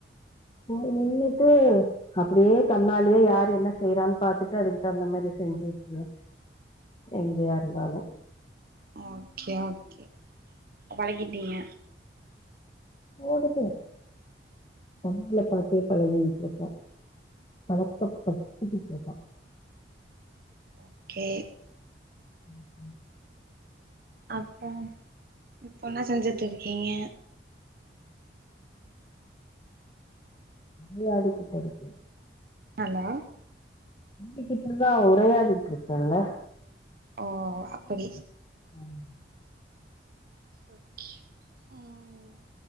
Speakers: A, on the left; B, on the right.
A: போய் நின்னுட்டு அப்பிடியே கண்ணாலியே யாரு என்ன செய்றான் பாத்துட்டு அதுக்கு தவுந்த மாரி செஞ்சு உட்ருவே. எங்கியா இருந்தாலு.
B: ஓகே ஓகே அ பழக்கிட்டிங்க.
A: ஓடுது. கண்ணால பாத்தே பழகிகிட்ருக்கோ. பழக்கப்பட்டுகிட்ருக்கோ.
B: ஓகே.
A: ம் ம்.
B: அப்றோ இப்போ என்னா செஞ்சிட்டு இருக்கீங்க?
A: லடுக்கு தடுக்கி
B: ஹலோ?
A: உங்க கிட்டதா உரையாடிட்ருக்கேல்ல.
B: ஓ அப்படி.
A: ம்.
B: ஒகே ம் ம்